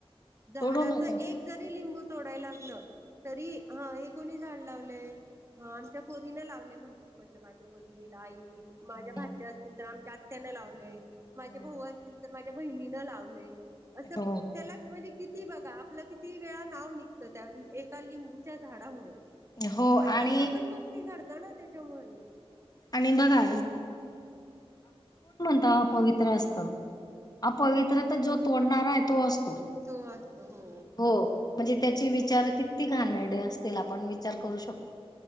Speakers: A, on the right (about 25°); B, on the left (about 40°).
A: झाडाचा
B: तोडू नका
A: एक जरी लिंबू तोडाय लागलं तरी ह हे कोणी झाड लावलंय? हो आमच्या पोरीन लावले म्हण तेच म्हटलं माझे वडील आई माझ्या
B: हम्म.
A: भाच्या असतील तर आमच्या आत त्यानं लावलंय माझे
B: हम्म.
A: भाऊ असतील तर मा त्या बहिणीनं लावलय असं
B: हो
A: त्याला म्हणजे किती बघा आपलं किती वेळा नाव निघतं त्या एका लिंबूच्या झाडामुळं.
B: हो
A: म
B: आणि
A: अशा पण गोष्टी घड ता ना त्याच्यामुळे
B: आणि बघा रक्त पवित्र असत <inaudible> ह पवित्र जो तोडणार आहे तो असतो.
A: तो असतो हो
B: हो म्हणजे त्याची विचार किती घाणेरडे असतील आपण विचार करू शकतो.